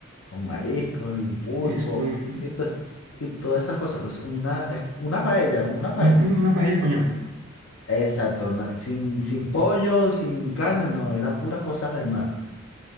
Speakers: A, on the left; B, on the right.
A: con mariscos y pulpo
B: Eso pues,
A: y, to- y todas esas cosas. O sea, Una, es una paella, como una paella.
B: Ujú, Una paella española.
A: Exacto, na- sin, sin pollo, sin carne, no, era puras cosas del mar.